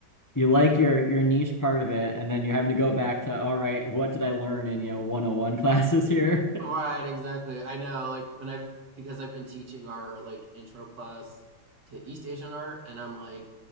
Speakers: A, on the left; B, on the right.
A: you like your your niche part of it and then you're having to go back to all right, what did I learn in you know 101 classes here?
B: Right, exactly. I know, like when I've because I've been teaching our like intro class to East Asian art and I'm like